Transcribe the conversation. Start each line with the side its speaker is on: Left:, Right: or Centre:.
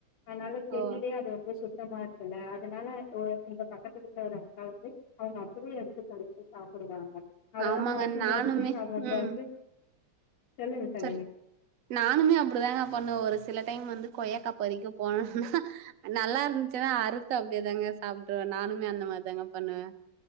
Left: அதனால செடியிலயே
Right: ஓ!
Left: அது ரொம்ப சுத்தமா இருக்குல்ல அதனால ஓ இந்த பக்கத்து கீல ஒரு அக்காக்கு அவுங்க அப்டியே எடுத்து கடிச்சு சாப்டுவாங்க அதலா
Right: ஆமாங்க.
Left: பார்க்கும்
Right: நானுமே
Left: போதுமே நமக்கு
Right: ம்.
Left: வந்து சொல்லுங்க சொல்லுங்க
Right: சரி நானுமே அப்டிதான்ங்க பண்ணுவ ஒரு சில டைம் வந்து கொய்யாக்காப்பரிக்க போனோம்னா நல்லா இருந்துச்சுன்னா அறுத்து அப்டியே தாங்க சாப்பிடுவே நானுமே அந்த மாரி தாங்க பண்ணுவே